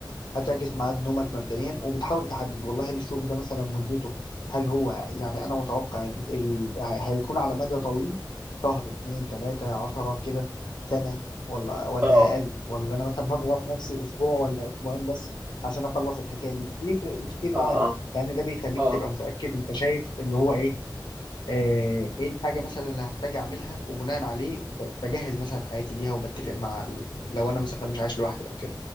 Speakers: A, on the left (about 65°); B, on the right (about 25°).
A: هتعكس ميعاد نومك مبدئيا وبتحاول تحدد والله هل الشغل ده مثلا مدته هل هو يعني انا متوقع ال... ال... هي- هيكون على مدى طويل شهر اتنين تلاتة عشرة كده سنة ولا ولا
B: اه
A: اقل ولا انا مثلا هضغط نفسي اسبوع ولا اسبوعين بس عشان اخلص الحكاية دي بيفرق كتير
B: اه
A: معاك
B: اه
A: لان ده بيخليك
B: اه
A: تبقى متأكد انت شايف اللي هو ايه آه، ايه الحاجة مثلا اللي هحتاج اعملها وبناء عليه ب- بجهز مثلا حياتي ليها وبتفق مع ال... لو انا مثلا مش عايش لوحدي او كده